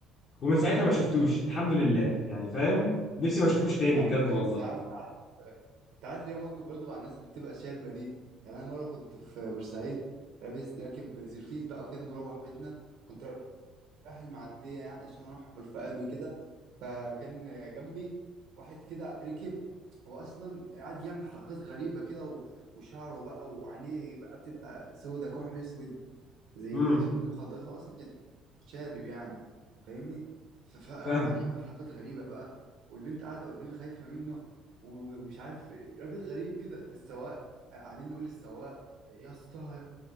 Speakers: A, on the left; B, on the right.
A: ومن ساعتها ما شفتوش الحمد لله يعني فاهم نفسي ما اشوفوش تاني
B: يا عم
A: بجد
B: كويس
A: والله
B: يا عم انت عارف انت عارف ليا موقف برضه مع الناس اللي بتبقى شاربه دي يعني انا مره كنت في بورسعيد لابس راكب سيرفيس بقى وكده مروح بيتنا كنت رايح المعدية يعني عشان أروح بالفؤاد وكده فكان جنبي واحد كده ركب هو أصلا قاعد يعمل حركات غريبة كده و- وشعره بقى وعينيه بقى بتبقى سودة كحل أسود زي
A: امم
B: اللي شاربين مخدرات هو أصلا كان شارب يعني فاهمني ف- فبقى
A: فاهم
B: قاعد يعمل حركات غريبة بقى والبنت قاعدة قدامي خايفة منه و- ومش عارف إيه. راجل غريب كده في السواق قاعدين نقول للسواق يا اسطى